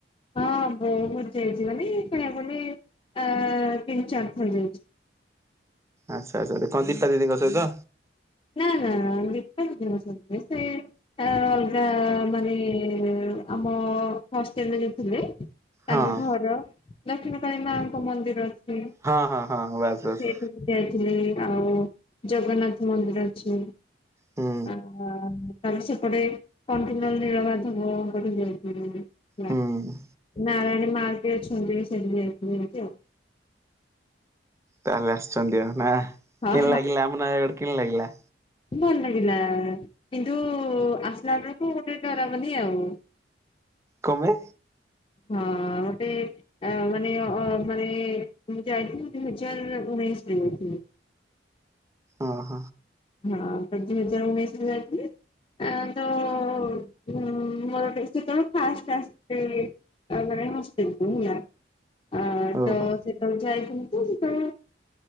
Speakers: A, on the left (about 30°); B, on the right (about 15°).
A: ହଁ ବହୁତ୍ ଯାଇଚି ମାନେ କିଣିଆକୁ ଗଲି ଆ ତିନି ଚାରିଥର ଯାଇଛି।
B: ଆଚ୍ଛା ଆଚ୍ଛା କଣ ଦୀପା ଦିଦିଙ୍କ ସହିତ?
A: ନା ନା ଦୀପା ଦିଦିଙ୍କ ସହିତ ନୁହେଁ ସେ ଆଁ ଅଲଗା ମାନେ ଆମ ହଷ୍ଟେଲରେ ଯୋଉ ଥିଲେ ତାଙ୍କ
B: ହଁ
A: ଘର ଦକ୍ଷିଣ କାଳୀ ମାଙ୍କ ମନ୍ଦିର ଅଛି
B: ହଁ ହଁ ହଁ ବାସ୍ ବାସ୍।
A: ସେଇଠିକି ଯାଇଥିଲି କାମକୁ ଜଗନ୍ନାଥ ମନ୍ଦିର ଅଛି।
B: ହୁଁ
A: ଓହୋ। ତାଙ୍କ ସେପଟେ କଣ୍ଟିଲୋ ନୀଳ ମାଧବଙ୍କ ଠିକି ଯାଇଥିଲୁ ବୁଲି। ମା
B: ହୁଁ
A: ନାରାୟଣୀ ମା ବି ଅଛନ୍ତି ସେଠିକି ଯାଇଥିଲି ସେମିତି ଆଉ।
B: ତାହାଲେ ଆସିଛନ୍ତି ଆଉ ନା
A: ହଁ
B: କିମତି ଲାଗିଲା ଆମ ନୟାଗଡ଼ କିମତି ଲାଗିଲା?
A: ଭଲ୍ ଲାଗିଲା କିନ୍ତୁ ଆସିଲା ବେଳକୁ ଗୋଟେ ଡରାବନି ଆଉ।
B: କମୋ
A: ହଁ ମତେ ଆ ମାନେ ଅ ମାନେ ମୁଁ ଯାଇଥିଲି ଦି ହଜାର ଉଣେଇଶ୍ ଟି <unintelligible> ବଳକୁ ଉ
B: ଅହ
A: ହଁ <unintelligible> ଦୁଇ ହଜାର ଉଣେଇଶରେ ଯାଇଥିଲି। ଆଁ ତ ଉମ୍ ମୋର ଗୋଟେ ଆସଚି ଏତବେଳକୁ ଫାଷ୍ଟ୍ ଆସିଥିଲି। ଆ <unintelligible> ଆ
B: ଓହୋ।
A: ତ ସେତବେଳେ ଯାଇଥିଲି ଯେ ସେତବେଳୁ